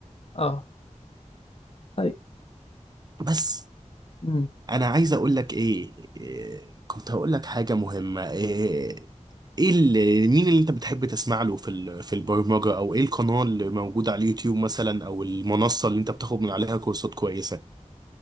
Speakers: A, on the left (about 50°); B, on the right (about 30°).
A: اه طيب
B: بس
A: امم
B: انا عايز اقول لك ايه إيه، كنت هقول لك حاجه مهمه ايه ايه اللي مين اللي انت بتحب تسمع له في ال- في البرمجه او ايه القناه اللي موجوده على اليوتيوب مثلا او المنصه اللي انت بتاخد من عليها كورسات كويسه